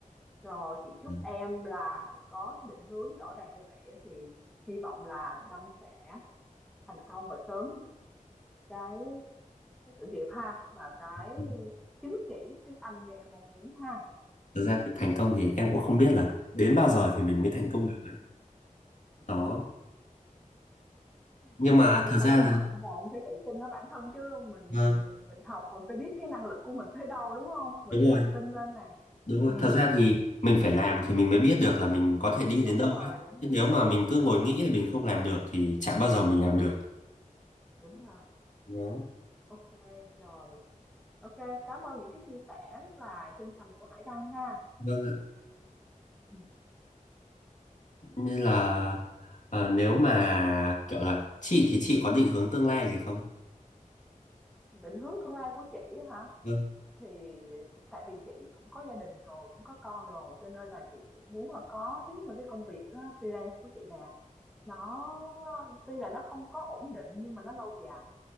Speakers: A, in the centre; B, on the left (about 60°).
A: Rồi, chị chúc
B: Ừ.
A: em là có cái định hướng rõ ràng như vậy á thì hy vọng là Đăng sẽ thành công và sớm cái cái sự nghiệp ha, và cái
B: Ừ.
A: chứng chỉ tiếng Anh như em mong muốn ha.
B: thực ra thì thành công thì em cũng không biết là đến bao giờ thì mình mới thành công được ấy. đó nhưng
A: nhưng
B: mà
A: mà em cũng
B: thật ra
A: phải hy
B: là
A: vọng và em phải tự tin ở bản thân chứ mình
B: Vâng,
A: mình mình mình học mình phải biết cái năng lực của mình tới đâu đúng không mình
B: đúng
A: phải
B: rồi
A: tự tin lên nè
B: Đúng rồi,
A: ừ.
B: thật ra thì mình phải làm thì mình mới biết được là mình có thể đi
A: đúng
B: đến đâu
A: rồi
B: ấy.
A: đúng
B: Chứ
A: rồi
B: nếu mà mình cứ
A: đúng
B: ngồi
A: rồi
B: nghĩ là mình không làm được thì chả bao giờ mình
A: ừ,
B: làm được.
A: đúng rồi
B: Đó.
A: ok rồi ok cảm ơn những cái chia sẻ rất là chân thành của Hải Đăng ha
B: Vâng ạ.
A: Ừ.
B: Nên là ờ, nếu mà kiểu là chị thì chị có định hướng tương lai gì không?
A: định hướng tương lai của chị á hả
B: Vâng.
A: thì tại vì chị cũng có gia đình rồi cũng có con rồi cho nên là chị cũng muốn là có thứ nhất là cái công việc đó, freelance của chị nè nó tuy là nó không có ổn định nhưng mà nó lâu dài